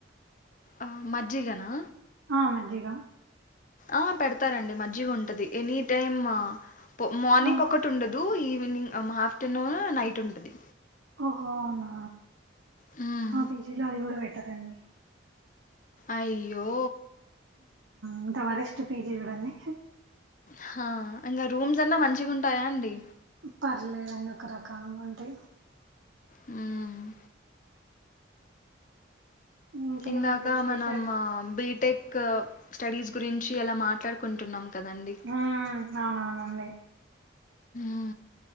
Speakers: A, on the left; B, on the right.
A: ఆ మజ్జిగనా
B: ఆ మజ్జగ
A: ఆ పెడతారండి మజ్జిగుంటది ఎనీ టైమ్ మార్నింగ్
B: ఆ
A: ఒకటి ఉండదు ఈవినింగ్ ఆఫ్టర్నూన్ నైట్ ఉంటది
B: ఓహో అవునా
A: హ్మ్.
B: మా పీజీలో అది గూడా పెట్టారండి
A: అయ్యో
B: అంత వరెస్టు పీజీగదండి
A: హ ఇంగ రూమ్స్ అన్నా మంచిగుంటాయా అండి
B: పర్లేదండి ఒక రకంగా ఉంటాయి
A: హ్మ్.
B: ఇంకేమండి
A: ఇందాక
B: విశేషాలు
A: మనం బీటెక్ స్టడీస్ గురించి అలా మాట్లాడుకుంటున్నాం కదండి
B: ఉమ్ అవునవునండి
A: ఉ